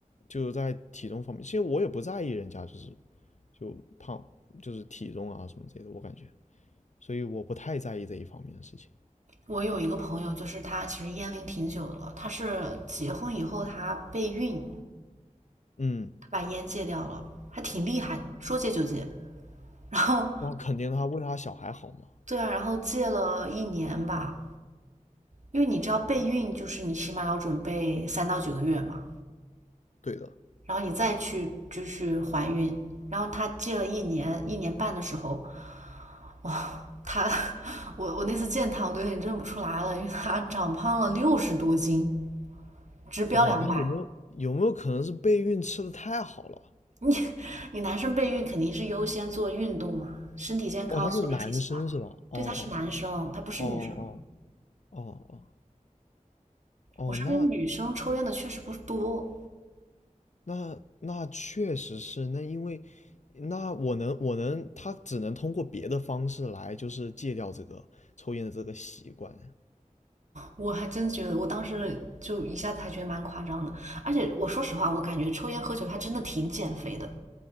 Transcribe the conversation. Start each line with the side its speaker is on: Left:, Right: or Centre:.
Left: 就在体重方面，其实我也不在意人家就是就胖，就是体重啊什么之类的，我感觉，所以我不太在意这一方面的事情。
Right: 我有一个朋友，就是他其实烟龄挺久的了，他是结婚以后他备孕，
Left: 嗯，
Right: 他把烟戒掉了，还挺厉害的，说戒就戒。<laughs> 然后
Left: 那肯定他为他小孩好嘛。
Right: 对啊，然后戒了一年吧，因为你知道备孕就是你起码要准备三到九个月嘛。
Left: 对的，
Right: 然后你再去继续怀孕。然后他戒了一年一年半的时候，哇，他我我那次见他，我都有点认不出来了，因为他长胖了六十多斤，直标两百。
Left: 哇，那有没有有没有可能是备孕吃的太好了？
Right: 你你男生备孕肯定是优先做运动嘛，身体健康、
Left: 哦，他是男生是吧？
Right: 素质提起来。
Left: 哦哦
Right: 对，他是男生，他不是女生。
Left: 哦，哦哦哦哦哦，
Right: 我身边女生抽烟的确实不多，
Left: 那那那确实是，那因为那我能我能，他只能通过别的方式来，就是戒掉这个抽烟的这个习惯。
Right: 我还真觉得，我当时就一下子还觉得蛮夸张的。而且我说实话，我感觉抽烟喝酒还真的挺减肥的。